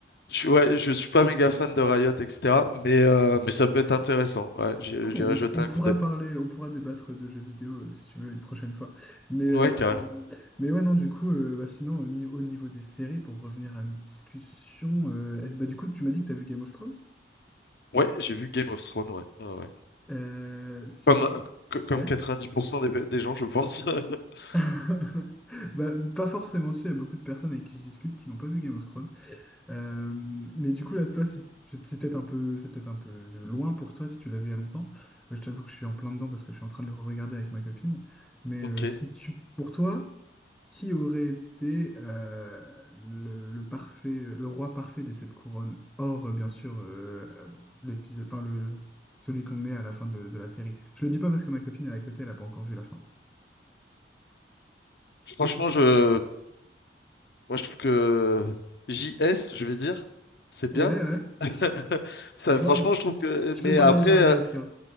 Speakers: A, on the left; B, in the centre.
A: je, ouais, je suis pas méga fan de Riot, etc. Mais, euh, mais ça peut être intéressant. Ouais, j'ai-
B: oh bon,
A: j'irai jeter
B: on, on
A: un
B: pourra
A: coup d'œil.
B: parler, on pourra débattre de jeux vidéo euh, si tu veux une prochaine fois. Mais,
A: Ouais,
B: euh,
A: carrément.
B: mais ouais, non, du coup, euh, bah, sinon, au, ni- au niveau des séries, pour revenir à une discussion, euh, est bah, du coup, tu m'as dit que tu as vu Game of Thrones?
A: Ouais, j'ai vu Game of Thrones, ouais. Ouais, ouais.
B: Euh, si
A: Comme,
B: tu.
A: euh, co- comme
B: Ouais.
A: 90% des, des gens, je pense. <laughs>
B: <laughs> Bah, pas forcément, tu sais, il y a beaucoup de personnes avec qui je discute qui n'ont pas vu Game of Thrones. Euh, mais du coup, là, toi, c'est c'est- c'est peut-être un peu, c'est peut-être un peu loin pour toi si tu l'as vu il y a longtemps. Euh, Je t'avoue que je suis en plein dedans parce que je suis en train de le regarder avec ma copine. Mais
A: Ok.
B: euh, si tu, pour toi, qui aurait été euh, le, le parfait, le roi parfait des sept couronnes, hors euh, bien sûr euh, euh, l'épisode, enfin le celui qu'on met à la fin de, de la série. Je le dis pas parce que ma copine elle est à côté, elle a pas encore vu la fin.
A: Franchement, je, moi, je trouve que JS, je vais dire, c'est
B: Ouais,
A: bien.
B: ouais.
A: <laughs> Ça,
B: Non,
A: franchement,
B: c'est-
A: je trouve que.
B: tu
A: Mais
B: peux parler,
A: après,
B: j'ai
A: euh,
B: un casque. hein.